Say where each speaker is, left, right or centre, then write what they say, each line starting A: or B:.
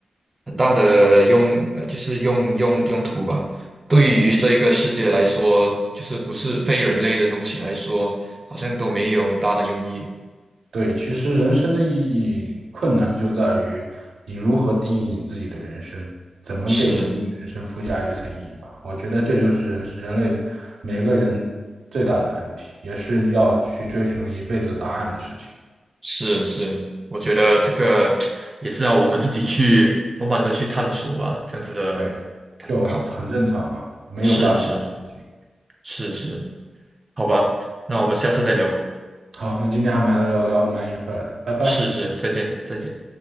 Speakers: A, on the right; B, on the right.
A: 很大的用，呃，就是用用用途吧。对于这一个世界来说，
B: 对。
A: 就是不是非人类的东西来说，好像都没有很大的用意。
B: 对，其实人生的意义困难就在于你如何定义你自己的人生，怎么给自己的人生附加一层意义吧。
A: 是
B: 我觉得这就是人人类每个人最大的难题，也是要去追寻一辈子答案的事情。
A: 是是，我觉得这个 <tsk> 也是要我们自己去慢慢的去探索吧，这样子的
B: 对，就很正常嘛，
A: 考虑。
B: 没有办法的事情。
A: 是是是是，好吧，那我们下次再聊吧。
B: 好，那今天还蛮聊聊的蛮愉快的，拜拜。
A: 是是，再见再见。